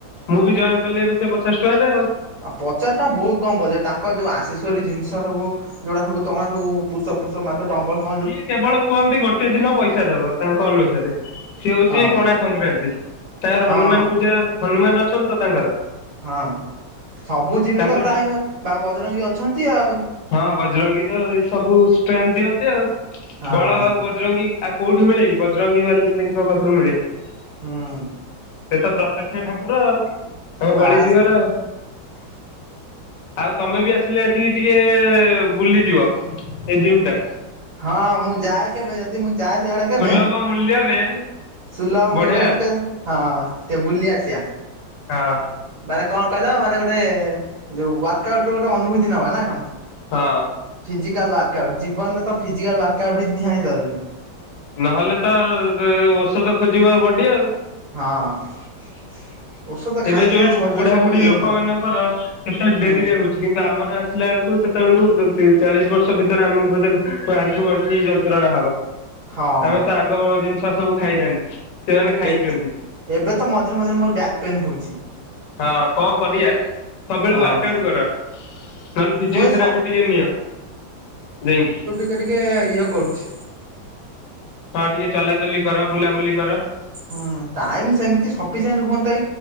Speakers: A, on the left; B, on the right.
A: ମୁଁ ବି ଜଏନ୍ କଲି ଏବେ ସେ ପଚାଶ ଟଙ୍କାାରେ ଆଉ।
B: ଆ ପଚାଶ ଟଙ୍କା ବହୁତ କମବ ଯେ ତାଙ୍କ ଯୋଉ ଆଶିଷଵରୀ ଜିନିଷ ସବୁ ଯୋଉଟା ସବୁ ତମେ ସବୁ ପୁଷ ପୁଷ ମା ବଲ ହ
A: ସିଏ କେବଳ କୁହନ୍ତି ଗୋଟେ ଦିନ ପଇସା ଦବ ତାଙ୍କ ଅନୁସାରେ। ସେି ହଉଛି
B: ହଁ
A: ପଣା ସଂକ୍ରାନ୍ତି ତାଙ୍କର
B: ହଁ
A: ହନୁମାନ ପୂଜା ହନୁମାନ ଅଛନ୍ତି ତ ତାଙ୍କର।
B: ହଁ ସବୁ ଜିମରେ
A: ତାଙ୍କର
B: ତ ପ୍ରାୟ ବା ବଜରଙ୍ଗୀ ଅଛନ୍ତି ଆଉ।
A: ହଁ ବଜରଙ୍ଗୀ ତ ଏଇ ସବୁ ଷ୍ଟ୍ରେନ୍ଥ ଦିଅନ୍ତି ଆଉ।
B: ହଁ
A: ବଳ ଆଉ ବଜରଙ୍ଗୀ ଆଉ କୋଉଠି ମିଳେ କି ବଜରଙ୍ଗୀ ବାଲିଙ୍କ ପାଖରୁ ମିଳେ। ସେ
B: ହୁଁ
A: ତ ପ୍ରତ୍ୟକ୍ଷ ଠାକୁର ଆଉ ତାଙ୍କ
B: ବାସ୍
A: କଳି ଯୁଗର ଆଉ।
B: <inaudible>
A: ଆଉ ତମେ ବି ଆସିଲେ ଏଠି ଟିକେ ବୁଲିଯିବ ଏଇ ଜିମ୍ ଟା।
B: ହଁ ମୁଁ ଯାଏ କେବେ ଯଦି ମୁଁ ଯାଏ ସେଆଡେ କେବେ
A: ସୁଲଭ ମୂଲ୍ୟରେ
B: ସୁଲ
A: ବଢିଆ
B: ମଲରେ ଟିକେ ହଁ ଟିକେ ବୁଲି ଆସିବା।
A: ହଁ।
B: ମାନେ କଣ କହିଲ ମାନେ ଗୋଟେ ଯୋଉ ୱାର୍କ ଆଉଟ ର ଗୋଟେ ଅନୁଭୂତି ନବା ନା କଣ?
A: ହଁ।
B: ଫିଜାଲ ୱାର୍କ ଆଉଟ ଜୀବନରେ ଫିଜାଲ୍ ୱାର୍କ ଆଉଟ ହି ନିହାତି ଜରୁରୀ।
A: ନହେଲେ ତ ଔଷଧ ଖୋଜିବ ବଡ଼ି ଆଉ।
B: ହଁ। ଔଷଧ ଖାଇ
A: ଏେବେ
B: ଖାଇ
A: ଯୋଉ
B: ଶରୀର
A: ବୁଢାବୁଢୀ
B: ସବୁ ଇଏ
A: ଲୋକ
B: ହେଇଗଲା
A: ମାନଙ୍କର କେତେ
B: ହୁଁ
A: ଡେରିରେ ହଉ କିନ୍ତୁ ଆମର ଆସିଲା ବେଳକୁ ସେତେବେଳକୁ ଚାଳିଶ ବର୍ଷ ଭିତରେ ଆମକୁ ବୋଧେ ଆଣ୍ଠୁ ଗଣ୍ଠି ଯ ତ୍ରଣା ହବ
B: ହଁ
A: ଆମେ ତ ଆଗ ଜିନିଷ ସବୁ ଖାଇନାହାନ୍ତି ସେମାନେ ଖାଇଚନ୍ତି।
B: ଏବେ ଏବେ ତ ମଝିରେ ମଝିରେ ମୋର ବ୍ୟାକ୍ ପେନ୍ ହେଉଚି।
A: ହଁ କଣ କରିବା ସବୁବେଳେ
B: ହଁ
A: ୱାର୍କ ଆଉଟ କର ନ ଫିଜିଓଥେରାପି
B: ମୁଁ ଏଇ ସ
A: ଟିକେ ନିଅ ଯାଇକି।
B: ମତେ ଟିକେ ଇଏ କରୁଚି।
A: ହଁ ଟିକେ ଚଲାଚଲି କର ବୁଲାବୁଲି କର।
B: ହୁଁ ଟାଇମ୍ ସେମିତି ସଫିସିଏଣ୍ଟ ହୁଅନ୍ତା